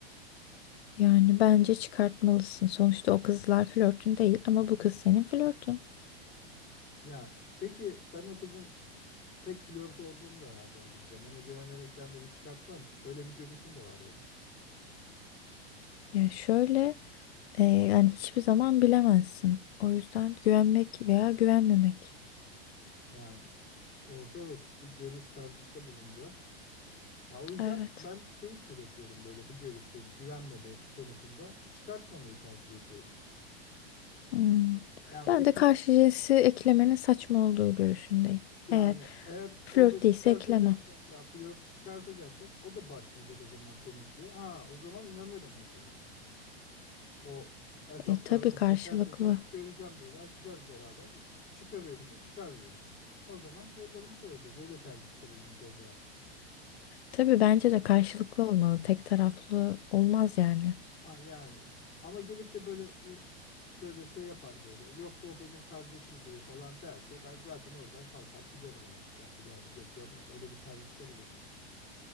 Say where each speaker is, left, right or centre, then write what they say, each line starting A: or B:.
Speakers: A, on the left; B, on the left.
A: yani bence çıkartmalısın. Sonuçta o kızlar flörtün değil ama bu kız senin flörtün.
B: Ya peki ben o kızın tek flört olduğumu da nereden bileceğim? Ona güvenerekten de bir çıkartmam ki. Böyle bir görüşüm de var benim.
A: Ya şöyle e, yani hiçbir zaman bilemezsin. O yüzden güvenmek veya güvenmemek.
B: Yani orada evet bir görüş tercihte bulunacağız. Ya o yüzden
A: Evet.
B: ben şeyi diretiyorum böyle bu görüşteyim güvenmemek konusunda çıkartmamayı tercih ediyorum.
A: Hmm.
B: Yani
A: Ben
B: peki
A: de karşı cinsi eklemenin saçma olduğu görüşündeyim.
B: yani
A: Eğer
B: eğer
A: flört
B: orada
A: değilse
B: çıkartacaksak
A: eklemem.
B: ya flört çıkartacaksak o da başlayacak o zaman temizliğe. Ha o zaman inanırım mesela. O hesaplardan
A: E, tabii karşılıklı.
B: teker teker göreceğim böyle açacağız beraber. Çıkarıyor musun çıkarmıyor musun? O zaman yollarımızı ayıracağız öyle tercihte bulunacağız yani.
A: Tabii bence de karşılıklı olmalı. Tek taraflı olmaz yani.
B: Ha yani. Ama gelip de böyle i- böyle şey yapar böyle. Yok o benim kardeşim gibi falan derse ben zaten oradan kalkar giderim artık. Ya bir daha da geri dönmem. Öyle bir tercihte bulunurum.